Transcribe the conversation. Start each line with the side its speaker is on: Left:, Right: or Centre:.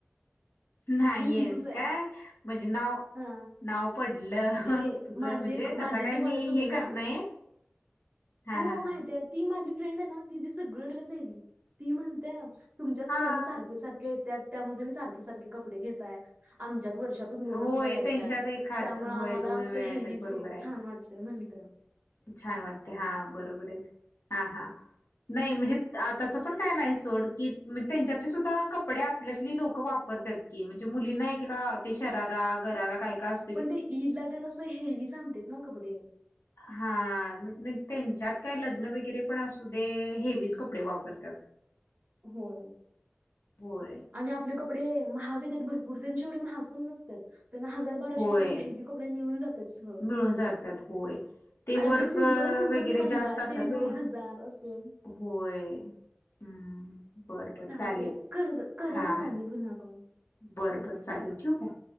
Left: नाहीयस
Right: मी हिंदूच आहे
Left: का काय, म्हणजे नाव
Right: हा
Left: नाव पडल हं
Right: ते
Left: तुझ
Right: माझे
Left: म्हणजे
Right: माझे
Left: तसा
Right: जे
Left: काय मी
Right: कॉलेज होते
Left: हे
Right: ना
Left: करत नाही. हा
Right: हो
Left: हा
Right: माहितय
Left: हा
Right: ती माझी फ्रेंड आहे ना तिची सगळी ड्रेस आहेली ती म्हणतेय तुमच्यात
Left: हा
Right: सण सारखे सारखे येतात, त्यामध्ये मी सारखे सारखे कपडे घेताय आमच्याच वर्षात तुम्ही दोनच
Left: होय
Right: वेळा येतात
Left: त्यांच्यात एखाद
Right: त्यामुळे
Left: होय
Right: आम्हाला
Left: दोन
Right: असं
Left: वेळा
Right: हेवीच
Left: येतात बरोबर आहे.
Right: छान वाटते म्हणत्या.
Left: छान वाटते, हा बरोबर आहेच हा हा नाही म्हणजे तसं पण काय नाही सोड कीज त्यांच्यातले सुद्धा कपडे आपल्यातली लोकं वापरतात. की म्हणजे मुलीना कि का ते शरारा गराला काय का अस
Right: पण ते ईदला तर असं हेवीच आणते ना कपडे
Left: हा म्हटलं त्यांच्यात काय लग्न वगैरे पण असू दे, हेवीच कपडे वापरतात. <unintelligible>
Right: होय.
Left: होय
Right: आणि आपले कपडे महाग येत आहेत भरपूर, त्यांची एवढी महाग पण नसतात. त्यांना हजार बाराशे
Left: होय
Right: पर्यंत हेवी कपडे मिळून जातात सहज.
Left: मिळून जातात होय. ते
Right: आणि
Left: वर्क
Right: आपले सिम्पल असून
Left: वगैरे
Right: पण पंधराशे
Left: जास्त असतात ना
Right: दोन हजार असे
Left: होय हम्म बर बर चालेल,
Right: चालतय कर करा
Left: हा
Right: मला आणि पुन्हा कॉल.
Left: बरं बर चालेल ठेवू का फोन.